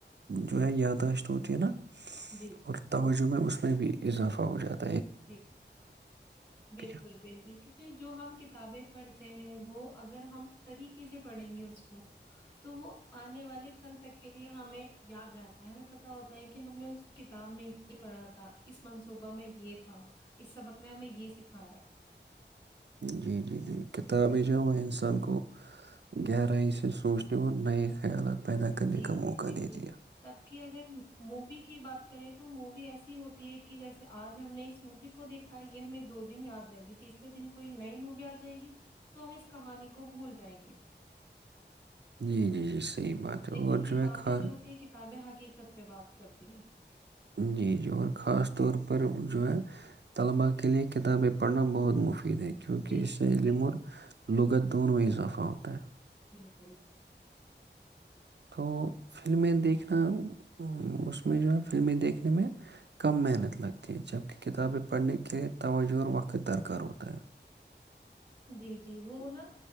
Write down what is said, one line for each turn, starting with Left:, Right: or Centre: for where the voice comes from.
Right: جو ہے یاداشت ہوتی ہے نا
Left: جی
Right: اور جو میں اس میں بھی اضافہ ہو جاتا ہوں
Left: جی بالکل
Right: ہے
Left: بالکل کیونکہ جو ہم کتابیں پڑھتے ہیں وہ اگر ہم طریقے سے پڑھیں گے اس کو تو وہ آنے والے کنتک کے لیے ہمیں یاد رہتا ہے ہمیں پت ہوتا ہے کہ ہم نے اس کتاب میں یہ پڑھا تھا اس منصوبہ میں یہ تھا اس سبق نے ہمیں یہ سکھایا
Right: جی جی جی کتابیں
Left: جی
Right: جو وہ انسان کو گہرائی سے سونچنے ا نئےے خیالات پیدا کرنے
Left: جی
Right: کا موقع
Left: جی بالکل
Right: دیتی ہے
Left: تب کی اگر مووی کی بات کریں تو مووی ایسی ہوتی ہے کہ جیسے آج ہم نے اس مووی کو دیکھا یہ ہمیں دو دن یاد رہے گی تیسرے دن کوئی نئی مووی آ جائے گی تو ہم اس کہانی کو بھول جائیں گے
Right: جی جی جی صحیح بات ہے
Left: لیکن
Right: اور
Left: کتابیں
Right: ہے خا
Left: جو ہوتی ہے کتاب ب حقیقت پہ بات کر دی ہے
Right: جی جی اور خاص طور پر جو ہے طلباء کے لیے کتابیں پڑھنا بہت مشکل دیں کیونکہ
Left: بالکل
Right: اس سے ع
Left: بالکل
Right: لمور لغت دونوئی اضافہ ہوتا ہے
Left: بالکل
Right: <inaudible>
Left: جی جی وہ نا